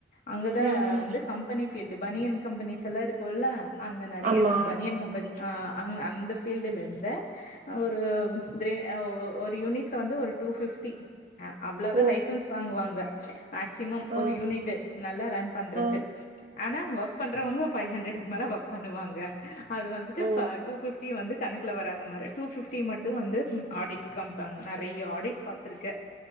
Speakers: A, on the left; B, on the right.
A: அங்கதா
B: ம் ம்
A: வந்து கம்பெனி ஃபீல்டு பனியன் கம்பெனிஸ்லா இருக்குல அங்க நெறையா
B: ஆமா
A: கம் பனியன் கம்பெனி ஆ அங் அந்த பீல்டுலந்த அ ஒரு திரே அ ஒ ஒரு யூனிட்ல வந்து ஒரு டூ ஃபிப்டி அ அவ்ளதா
B: ஓ
A: லைசன்ஸ் வாங்குவாங்க மேக்சிமம்
B: ஆ
A: ஒரு யூனிட்டு நல்லா ரன் பண்றக்கு
B: ஆ
A: ஆனா ஒக் பண்றவங்க ஒரு ஃபைவ் ஹண்ட்ரெட்க் மேல ஒர்க் பண்ணுவாங்க அது வந்துட்டு
B: ஓ
A: ஃப டூ ஃபிப் டி வந்து கணக்குல வராத மாரி டூ ஃபிப்டி மட்டு வந்து ம் ஆடிட் காம்ப்பாங்க நெறைய ஆடிட் பாத்துருக்கே